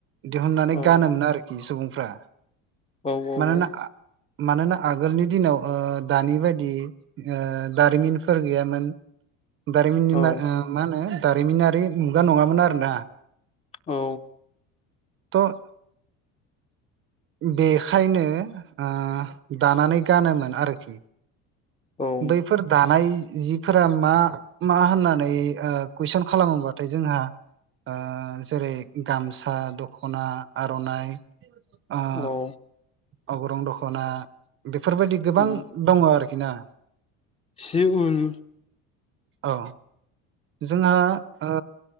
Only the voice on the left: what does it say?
औ
औ औ
औ
औ
औ
औ
उम
सि उल